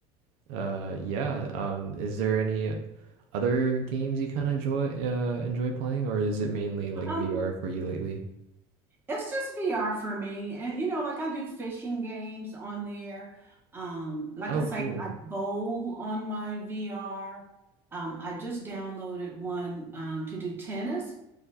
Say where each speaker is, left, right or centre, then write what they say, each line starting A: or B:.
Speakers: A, on the right; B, on the right.
A: uh, yeah. Um, is there any other games you kind of enjoy uh enjoy playing, or is it mainly like
B: Um,
A: VR for you lately?
B: it's just VR for me. And you know, like I do fishing games on there. Um, like
A: Oh,
B: I say,
A: cool.
B: I bowl on my VR. Um, I just downloaded one um, to do tennis.